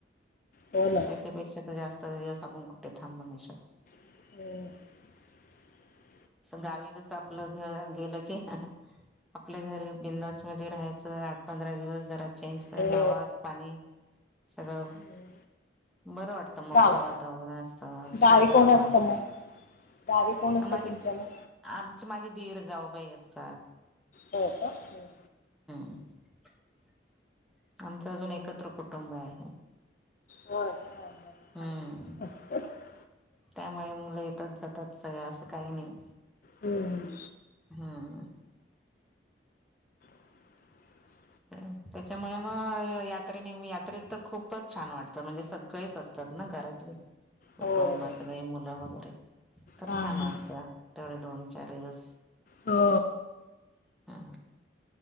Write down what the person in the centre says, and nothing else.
त्याच्यापेक्षा तर जास्त दिवस आपण कुठे थांबु नाही शकत.
गावी कस आपलं घर गेलं की आपल घरी बिंदास मध्ये राहायचं. आठ, पंधरा दिवस जरा चेंज
हवा, पाणी सगळं
बरं वाटतं मोकळं
वातावरण असत,
शुद्ध हवा
माझे
आमचे माझे दिर जाऊ बाई असतात.
ह <inaudible> आमचं अजून एकत्र कुटुंब आहे.
हम्म त्यामुळे मुलं येतात, जातात सगळं असं काही नाही.
हम्म,
त्याच्यामुळे मग यात्रेने यात्रेत तर खूपच छान वाटतं म्हणजे सगळेच असतात. घरातले कुटुंब
सगळे मुलं वगैरे तर
छान
वाटतं. तेवढ दोन चार दिवस
ह,